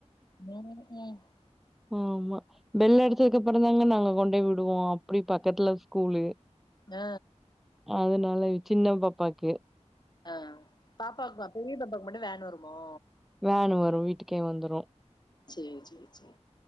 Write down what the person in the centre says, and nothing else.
ஆமா பெல்லு அடிச்சதக் அப்பறந்தாங்க நாங்க கொண்டோய் வுடுவோ அப்டி பக்கத்துல ஸ்கூலு
அதனால சின்ன பாப்பாக்கு
வேனு வரு வீட்டுக்கே வந்துரு